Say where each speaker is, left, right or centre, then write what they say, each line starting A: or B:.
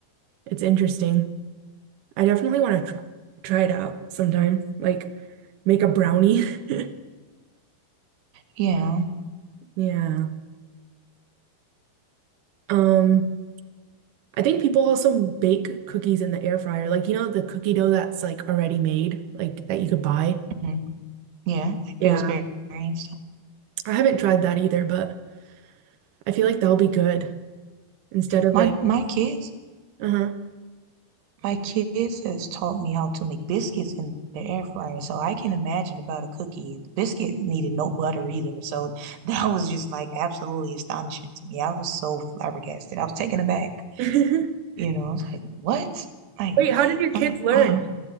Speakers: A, on the right; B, on the right.
A: It's interesting. I definitely want to try try it out sometime. Like make a brownie. <laughs>
B: Yeah.
A: Yeah. Um I think people also bake cookies in the air fryer. Like you know the cookie dough that's like already made, like that you could buy.
B: mhm. Yeah, like
A: Yeah.
B: Pillsbury and stuff.
A: I haven't tried that either, but I feel like that'll be good instead of
B: My
A: like,
B: my kids,
A: uh-huh.
B: my kids has taught me how to make biscuits in the air fryer. So I can imagine about a cookie and the biscuit needed no butter either. So <laughs> that was just like absolutely astonishing to me. I was so flabbergasted. I was taken aback.
A: <laughs>
B: You know, I was like, what? Like
A: Wait,
B: what?
A: how did your kids
B: Like
A: learn
B: wow.